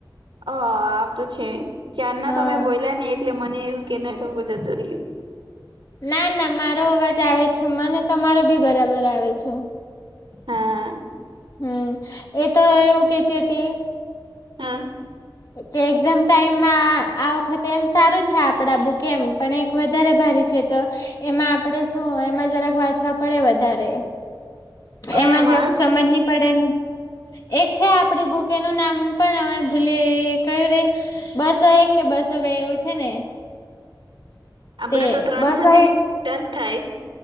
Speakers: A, on the right; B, on the left.
A: અ આવતો છે. ક્યારના
B: હા
A: તમે બોયલા ને એટલે મને એવું કે નેટવર્ક કજ જતું રહ્યું.
B: ના ના મારો અવાજ આવે છે મને તમારો બી બરાબર આવે છે.
A: હા.
B: હમ એ તો એવું કેતી હતી
A: હ.
B: કે એક્ઝામ ટાઈમમાં આ વખતે એમ સારું છે આપડા બુકે એમ પણ વધારે ભારે છે તો એમાં આપડે શું એમાં જરાક વાંચવા પડે વધારે.
A: કયામાં
B: એમાં જરાક સમજની પડે ને. એક છે આપડી બુક એનું નામ પણ અમે ભૂલી કે કયું રે બસો એક કે બસો બે એવું છે ને.
A: આપડા
B: તે
A: તો ત્રણસો
B: બસો
A: થી
B: એક
A: સ્ટાર્ટ થાય